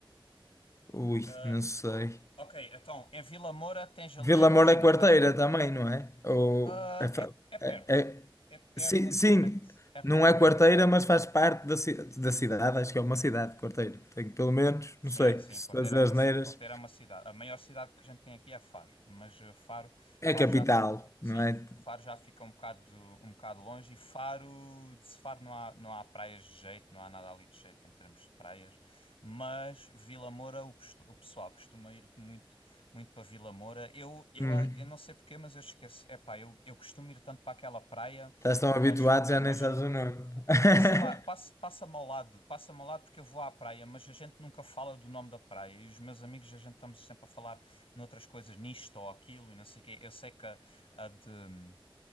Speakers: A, on the left (about 35°); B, on the left (about 90°).
A: Ui,
B: Ah,
A: não sei.
B: ok, então, em Vila Moura tens ali,
A: Vila
B: imagina,
A: Moura é quarteira
B: vais.
A: também, não é? Ou
B: Ah,
A: é fa-
B: é, é perto.
A: é- é-
B: É,
A: sim,
B: é relativamente,
A: sim,
B: é relativamente
A: não é quarteira,
B: perto.
A: mas faz parte da, ci- da cidade, acho que é uma cidade quarteira. Tenho pelo menos,
B: Sim,
A: não sei,
B: sim,
A: se
B: Corteira
A: as asneiras.
B: é uma, ci- Corteira é uma cidade. A maior cidade que a gente tem aqui é Faro, mas eh, Faro,
A: É
B: Faro
A: capital,
B: já, f- sim,
A: não é?
B: Faro já fica um bocado, um bocado longe e Faro, de Faro não há, não há praias de jeito, não há nada ali de jeito em termos de praias, mas Vila Moura, o, pes- o pessoal costuma ir muito, muito para Vila Moura. Eu, eu,
A: Hum,
B: a- eu não sei porquê, mas eu esqueço. Epá, eu, eu costumo ir tanto para aquela praia,
A: estás tão
B: mas,
A: habituado, já
B: mas
A: nem sabes
B: não.
A: o nome. <laughs>
B: Não sei lá, passa, passa-me ao lado, passa-me ao lado porque eu vou à praia, mas a gente nunca fala do nome da praia e os meus amigos a gente estamos sempre a falar noutras coisas, nisto ou aquilo e não sei o quê. Eu sei que a, a de,